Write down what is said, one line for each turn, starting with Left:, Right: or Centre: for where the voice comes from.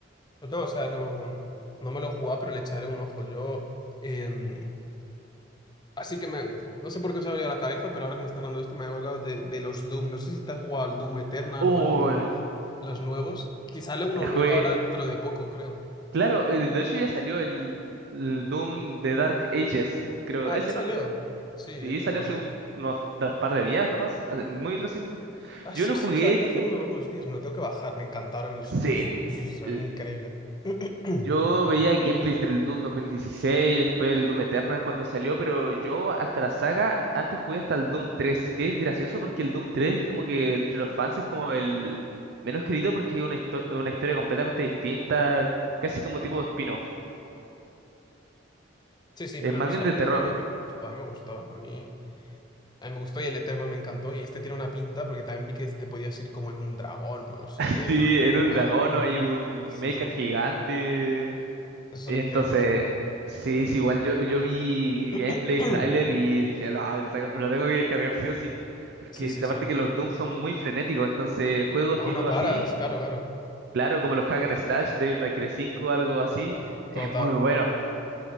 Left: Pues no, o sea, no, no me lo jugaba, pero le echaré un ojo. Yo, em, así que me, no sé por qué se me ha venido a la cabeza, pero ahora que me estás hablando de esto, me ha hablado de, de los Doom. No sé si te has jugado al Doom Eternal
Right: Uy,
Left: o al Doom, los nuevos. Que sale uno
Right: jugué.
Left: nuevo ahora dentro de poco, creo.
Right: Claro, eh, de hecho ya salió el, el Doom de Dark Ages, creo,
Left: Ah,
Right: ese,
Left: ya salió.
Right: ¿no?
Left: Sí, el,
Right: Sí, salió
Left: el más
Right: hace
Left: nuevo.
Right: un- unos da- par de días nomás, hace- muy reciente.
Left: Ah,
Right: Yo
Left: sí,
Right: no
Left: sí,
Right: jugué,
Left: salió hace
Right: eh,
Left: uno- unos días. Me lo tengo que bajar. Me encantaron los
Right: sí,
Left: otros Dooms. Son
Right: El-
Left: increíbles. <clears throat>
Right: yo veía gameplays del Doom 2016, después el Doom Eternal cuando salió, pero yo hasta la saga, antes jugué hasta el Doom 3, que es gracioso porque el Doom 3 como que entre los fans es como el menos querido porque es una, histo- una historia completamente distinta, casi como tipo spin-off,
Left: Sí, sí,
Right: es
Left: pero
Right: más
Left: no
Right: bien
Left: sé, a
Right: de
Left: mí,
Right: terror.
Left: a mí a mí me gustó, a mí me gustó, a mí, a mí me gustó y el Eternal me encantó y este tiene una pinta porque también vi que te podías ir como en un dragón o no sé
Right: <laughs>
Left: qué,
Right: Sí,
Left: bueno,
Right: en un
Left: una
Right: dragón
Left: locura.
Right: no hay un
Left: Sí,
Right: mecha
Left: sí, sí,
Right: gigante.
Left: esos son
Right: Entonces,
Left: increíbles los Doom.
Right: sí, es igual. Yo, yo vi
Left: <clears throat>
Right: gameplay, trailer y dije, no, lo tengo lo tengo que descargar sí o sí. Porque
Left: Sí, sí,
Right: es aparte
Left: sí,
Right: que los Doom son muy frenéticos. Entonces, juegos
Left: aún
Right: tipo
Left: no paras,
Right: así,
Left: claro, claro,
Right: claro, como los Hack and Slash, Devil May Cry 5, algo así, es
Left: total,
Right: muy bueno.